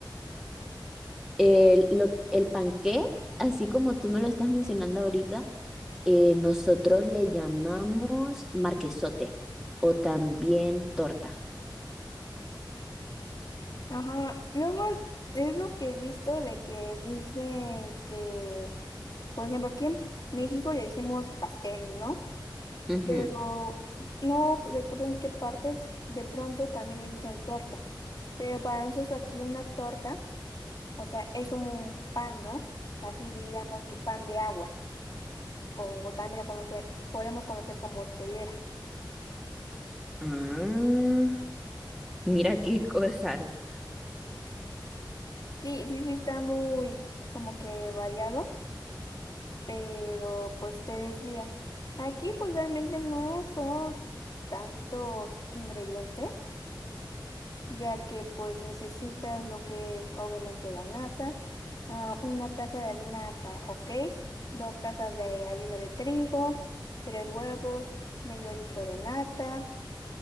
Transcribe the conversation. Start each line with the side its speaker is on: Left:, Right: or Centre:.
Centre: El, lo- el panqué, así como tú me lo estás mencionando ahorita, eh, nosotros le llamamos marquesote o también torta.
Left: Ajá, luego es lo que he visto de que dicen que, por ejemplo, aquí en México le decimos pastel, ¿no?
Centre: Ujú.
Left: pero no recuerdo en qué partes de pronto también le dicen torta, pero para nosotros aquí una torta, o sea, es un pan, ¿no? Así diríamos que pan de agua, o también la conoce- podemos conocer como telera.
Centre: Ah, mira qué cosas.
Left: Sí, sí, sí, está muy como que variado, pero pues te decía, aquí pues realmente no son tantos ingredientes. ya que pues necesitas lo que es obviamente la nata, ah, una taza de harina para hotcakes, dos tazas de harina de trigo, tres huevos, medio litro de nata